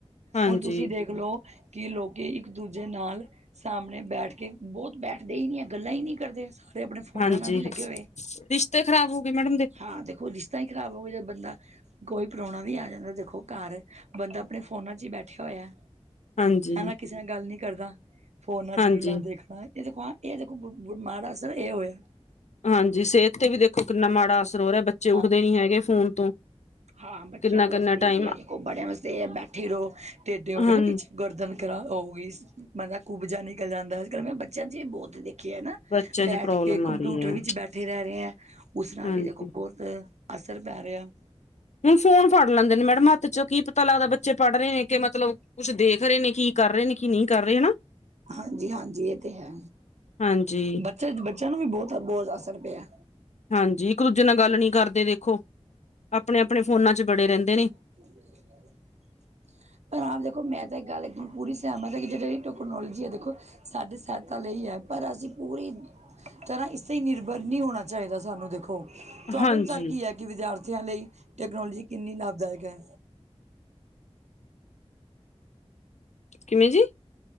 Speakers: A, on the left; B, on the right.
A: ਹਾਂਜੀ
B: ਹੁਣ ਤੁਸੀਂ ਦੇਖ ਲੋ ਕੀ ਲੋਕੀ ਇੱਕ-ਦੂਜੇ ਨਾਲ ਸਾਹਮਣੇ ਬੈਠ ਕੇ ਬੋਤ ਬੈਠਦੇ ਈ ਨੀ ਐ ਗੱਲਾਂ ਏ ਨੀ ਕਰਦੇ। ਦੇ ਆਪਣੇ ਫੋਨਾਂ
A: ਹਾਂਜੀ
B: ਨਾਲ ਈ ਲੱਗੇ ਹੋਏ,
A: ਰਿਸ਼ਤੇ ਖ਼ਰਾਬ ਹੋ ਗਏ ਮੈਡਮ
B: ਹਾਂ ਦੇਖੋ ਰਿਸ਼ ਤਾ ਈ ਖਰਾਬ ਹੋਏ ਜ ਬੰਦਾ ਕੋਈ ਪਰੋਣਾ ਵੀ ਆ ਜਾਂਦਾ ਦੇਖੋ ਘਰ ਬੰਦਾ ਆਪਣੇ ਫੋਨਾਂ 'ਚ ਈ ਬੈ ਠਿਆ ਹੋਇਆ,
A: ਹਾਂਜੀ
B: ਹਨਾ ਕਿਸੇ ਨਾਲ ਗੱਲ ਨੀ ਕਰਦਾ ਫ਼ੋਨਾਂ 'ਚ
A: ਹਾਂਜੀ
B: ਰੀਲਾਂ ਦੇਖਣਾ ਏ ਦੇਖੋ ਆ ਏ ਦੇਖੋ ਬ ਮਾੜਾ ਅਸਰ ਏ ਹੋਇਆ।
A: ਹਾਂਜੀ ਸੇਅਤ ਤੇ ਵੀ ਦੇਖੋ ਕਿੰਨਾ ਮਾੜਾ ਅਸਰ ਹੋ ਰੇਆ ਬੱਚੇ ਉੱਠਦੇ
B: ਹਾਂ
A: ਨੀ ਹੈਗੇ ਫ਼ੋਨ ਤੋਂ।
B: ਹਾਂ ਬੱਚਿਆਂ
A: ਕਿੰਨਾ
B: ਵਾਸਤੇ
A: ਕਿੰਨਾ ਟਾਈਮ
B: ਏ ਵੀ ਐ ਦੇਖੋ ਬੜਿਆਂ ਵਾਸਤੇ ਬੈਠੇ ਰੋ ਟੇਡੇ ਹੋ ਕੇ
A: ਹਾਂ
B: ਨਾ ਪਿੱਛ ਗਰਦਨ ਖਰਾ ਹੋਗੀ ਮਗਰ ਕੁਬ ਜਾ ਨਿਕਲ ਜਾਦਾਂ ਅੱਜ-ਕੱਲ ਬੱਚਿਆਂ 'ਚ ਏ ਬੋਤ ਏ ਦੇ ਖਿਆ ਨਾ
A: ਬੱਚਿਆਂ
B: ਬੈਠ
A: ਚ ਪ੍ਰੋਬਲਮ
B: ਕੇ
A: ਆ
B: ਕੰਪਿਊਟਰ
A: ਰਹੀ ਹੈ
B: ਵਿੱਚ ਬੈਠੇ ਰੈ ਰੇ ਐ ਉਸ ਨਾਲ
A: ਹਾਂਜੀ
B: ਵੀ ਦੇਖੋ ਬੋ ਤ ਅਸਰ ਪੈ ਰੇਆ।
A: ਹੁਣ ਫ਼ੋਨ ਫੜ ਲੈਂਦੇ ਨੇ ਮੈਡਮ ਹੱਥ 'ਚ ਕੀ ਪਤਾ ਲੱਗਦਾ ਬੱਚੇ ਪੜ ਰੇ ਨੇ ਕੇ ਮਤਲਬ ਕੁੱਛ ਦੇਖ ਰੇ ਨੇ, ਕੀ ਕਰ ਰੇ ਨੇ, ਕੀ ਨਈ ਕਰ ਰੇ ਹਨਾ।
B: ਹਾਂਜੀ-ਹਾਂਜੀ ਏ ਤੇ ਹੈ
A: ਹਾਂਜੀ
B: ਬੱਚੇ ਬੱਚਿਆਂ ਨੂੰ ਵੀ ਬੋਤ, ਬੋਤ ਅਸਰ ਪਿਆ।
A: ਹਾਂਜੀ, ਇੱਕ ਦੂਜੇ ਨਾਲ ਗੱਲ ਨੀ ਕਰਦੇ ਵੇਖੋ ਅਪਨੇ-ਅਪਨੇ ਫੋਨਾਂ ਚ ਬੜੇ ਰੈਂਦੇ ਨੇ।
B: <inaudible> ਪਰ ਆਪ ਦੇਖੋ ਮੈਂ ਤਾਂ ਇੱਕ ਗੱਲ ਪੂਰੀ ਸੈਮਤ ਆ ਜੇੜੀ ਟੋਕਨੋਲੋਜੀ ਆ ਦੇਖੋ ਸਾਡੀੇ ਸ੍ਹਾਇਤਾ ਲਈ ਐ ਪਰ ਅਸੀਂ ਪੂਰੀ ਤਰਾਂ ਇਸ ਤੇ ਈ ਨਿਰਬਰ ਨਈ ਹੋਨਾ ਚਾਈਦਾ ਸਾਨੂੰ ਦੇਖੋ ਤੁਆਡੇ
A: ਹਾਂਜੀ
B: ਅਨੁਸਾਰ ਕੀ ਆ ਕਿ ਵਿਦਿਆਰਥੀਆਂ ਲਈ ਟੈਕਨੋਲੋਜੀ ਕਿੰਨੀ ਲਾਬਦਾਇਕ ਐ।
A: ਕਿਵੇਂ ਜੀ?